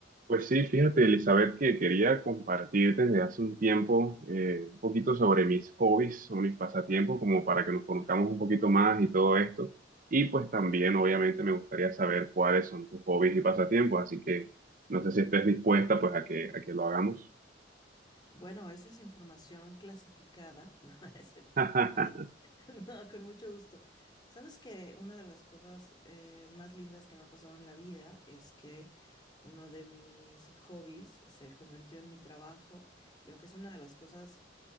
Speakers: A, on the right; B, on the left.
A: Pues sí, fíjate, Elizabeth, que quería compartir desde hace un tiempo eh, un poquito sobre mis hobbies, sobre mis pasatiempos, como para que nos conozcamos un poquito más y todo esto. Y pues también, obviamente, me gustaría saber cuáles son tus hobbies y pasatiempos, así que no sé si estés dispuesta pues a que, a que lo hagamos.
B: Bueno, esa es información clasificada, <laughs> no, no es cierto.
A: <laughs>
B: <laughs> No, con mucho gusto. Sabes que una de las cosas eh, más lindas que me ha pasado en la vida es que uno de mis hobbies se convirtió en mi trabajo y aunque es una de las cosas,